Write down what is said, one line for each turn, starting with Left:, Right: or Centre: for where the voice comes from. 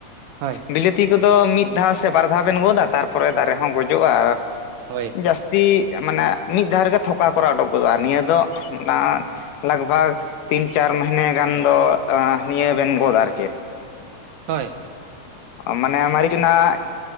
Right: ᱦᱳᱭ
Left: ᱵᱤᱞᱟᱹ ᱠᱮ ᱠᱚᱫᱚ ᱢᱤᱫ ᱫᱷᱟᱣ ᱥᱮ ᱵᱟᱨ ᱫᱷᱟᱣ ᱵᱮᱱ ᱜᱚᱫᱟ ᱛᱟᱨᱯᱚᱨᱮ ᱫᱟᱨᱮ ᱦᱚᱸ ᱜᱚᱡᱚᱜᱼᱟ᱾
Right: ᱦᱳᱭ᱾
Left: ᱡᱟᱹᱥᱛᱤ ᱢᱟᱱᱮ ᱢᱤᱫ ᱫᱷᱟᱣ ᱨᱮᱜᱮ ᱛᱷᱚᱠᱟ ᱠᱚᱨᱟᱣ ᱚᱰᱩᱠ ᱜᱚᱫᱚᱜᱼᱟ᱾ ᱱᱤᱭᱟᱹ ᱫᱚ ᱚᱱᱟ ᱞᱟᱜᱽ ᱵᱷᱟᱜᱽ ᱛᱤᱱ ᱪᱟᱨ ᱢᱟᱹᱦᱱᱟᱹ ᱜᱟᱱ ᱫᱚ ᱱᱤᱭᱟᱹ ᱵᱮᱱ ᱜᱚᱫᱟ ᱟᱨ ᱪᱮᱫᱼᱼ
Right: ᱦᱳᱭ
Left: ᱢᱟᱱᱮ ᱢᱟᱹᱨᱤᱪᱱᱟᱜ